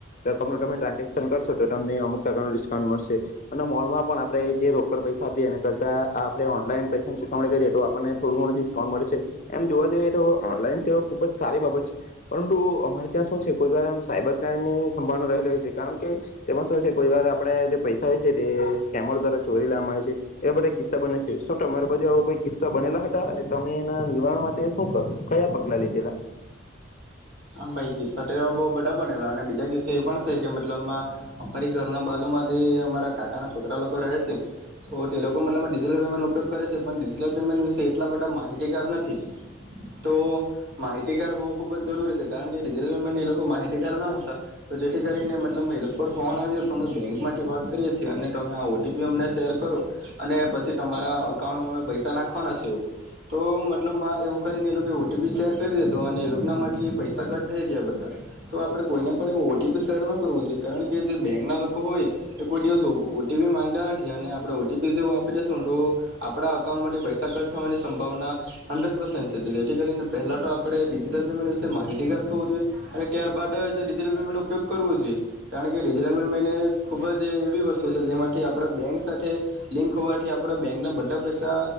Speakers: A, on the left; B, on the right.
A: રકમ ન તમે ટ્રાન્ઝેક્શન કરશો, તો તમને અમુક ટકાનું ડિસ્કાઉન્ટ મળશે. અને મોલમાં પણ આપણે જે રોકડ પૈસા આપીએ એના કરતા આપણે ઓનલાઈન પૈસાની ચુકવણી કરીએ તો આપણને થોડું ઘણું ડિસ્કાઉન્ટ મળે છે. એમ જોવા જઈએ તો, ઓનલાઈન સેવા ખુબ જ સારી બાબત છે. પરંતુ અમારે ત્યાં શું છે? કોઈ વાર આમ સાયબર ક્રાઈમની સંભાવના રહે રહેલ છે. કારણ કે તેમાં શું છે? કોઈ વાર આપણે જે પૈસા હોય છે તે સ્કેમર દ્વારા ચોરી લેવામાં આવે છે. એવા બધા કિસ્સા બને છે. શું તમારે બાજુ આવો કોઈ કિસ્સા બનેલા હતા? અને તમે એના નિવારણ માટે શું કર, કયા પગલા લીધેલા?
B: આમ ભાઈ કિસ્સા તો એવા બહૂ બધા બનેલા, અને બીજા કિસ્સા એ પણ છે કે, મતલબમાં અ ફરી ઘરના બાજુમાં જે અમારા કાકાના છોકરા લોકો રહે છે. તો તે લોકો મતલબ ડિજિટલ પેમેન્ટ ન ઉપયોગ કરે છે. પણ ડિજિટલ પેમેન્ટ વિશે એટલા બધા માહિતીગાર નથી, તો માહિતીગાર હોવું ખુબ જ જરૂરી છે. કારણ કે, ડિજટલ પેમેન્ટથી એ લોકો માહિતીગાર ન હતા. તો જેથી કરીને મતલબ એ લોકો પર ફોન આવ્યો હતો, અમે બેંકમાંથી વાત કરીએ છીએ અને તમે આ ઓટીપી અમને શેર કરો અને પછી તમારા અકાઉન્ટમાં અમે પૈસા નાખવાના છે. એવું તો મતલબમા એવું કરીને એ લોકો ઓટીપી શેર કરી દીધા અને એ લોકોનામાથી પૈસા પૈસા કટ થઈ ગયા બધા. તો આપડે કોઈને પણ એ ઓટીપી શેર ન કરવું જોઈએ. કારણ કે, જે બેંક ના લોકો હોય, એ કોઈ દિવસ ઓ ઓ ઓટીપી માંગતા નથી. અને આપણે ઓટીપી જેવું આપી દેશું તો આપણા અકાઉન્ટમાંથી પૈસા કટ થવાની સંભાવના હંડ્રેડ પર્સેન્ટ છે. જેથી કરીને પહેલા તો આપણે ડિજિટલ પેમેન્ટ વિશે માહિતી ટિગર થવું જોઈએ. અને ત્યારબાદ જ ડિજિટલ પેમેન્ટનો ઉપયોગ કરવો જોઈએ. કારણ કે ડિજિટલ પેમેન્ટ ખૂબ જ એવી વસ્તુ છે, જેમાંથી આપણા બેંક સાથે લિંક હોવાથી આપડા બેંકના બધા પૈસા